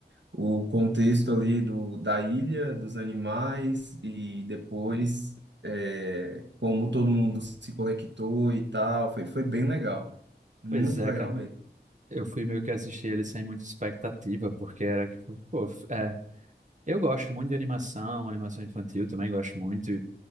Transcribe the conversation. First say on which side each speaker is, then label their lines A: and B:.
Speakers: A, on the right (about 85°); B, on the right (about 45°).
A: o contexto ali do, da ilha, dos animais, e depois é, como todo mundo se conectou e tal. Foi, foi bem legal. Muito
B: Pois é,
A: legal
B: cara.
A: mesmo.
B: Eu fui meio que assistir ele sem muita expectativa, porque era que, pô, f- é, eu gosto muito de animação, animação infantil também gosto muito,